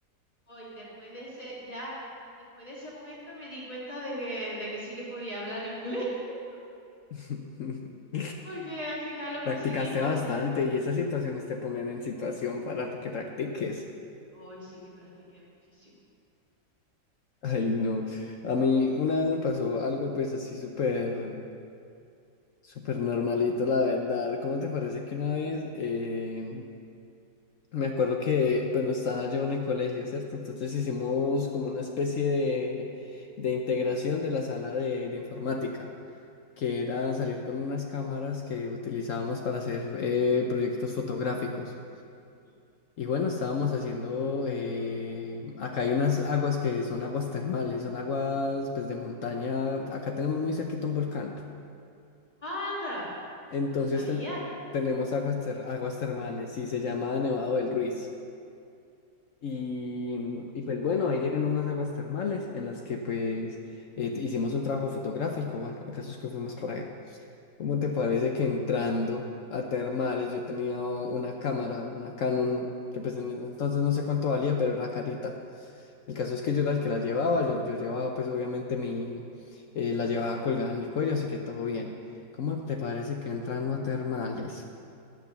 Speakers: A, on the left (about 20°); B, on the left (about 60°).
A: hoy después de ese, ya, después de ese momento me di cuenta de que, de que sí que podía hablar inglés, <laughs>
B: <laughs>
A: porque al final lo conseguí
B: Practicaste
A: y volví
B: bastante
A: a España.
B: y esas situaciones te ponen en situación
A: Ay,
B: para que practiques.
A: Hoy sí que practiqué muchísimo.
B: Ay, no. A mí una vez me pasó algo pues así súper, súper normalito, la verdad. ¿Cómo te parece que una vez eh, Me acuerdo que, bueno, estaba yo en el colegio, ¿cierto? Entonces hicimos como una especie de, de integración de la sala de, de informática,
A: Ujú,
B: que era salir con unas cámaras que utilizábamos para hacer eh, proyectos fotográficos.
A: ujú,
B: Y bueno, estábamos haciendo, eh, acá hay unas aguas que son aguas termales, son aguas pues de montaña, acá tenemos muy cerquita un volcán.
A: ¡Anda!
B: Entonces
A: No lo sabía.
B: ten- tenemos aguas, ter- aguas termales y se llama Nevado del Ruiz. Y, y pues bueno, ahí llegan unas aguas termales en las que pues eh, te- hicimos un trabajo fotográfico. Bueno, el caso es que fuimos por allá. ¿Cómo te parece que entrando a termales yo tenía una cámara, una Canon, que pues en ese entonces no sé cuánto valía, pero era carita. El caso
A: ujú.
B: es que yo era el que la llevaba, yo, yo llevaba pues obviamente mi, eh, la llevaba colgada en el cuello, así que todo bien. ¿Cómo te parece que entrando a termales?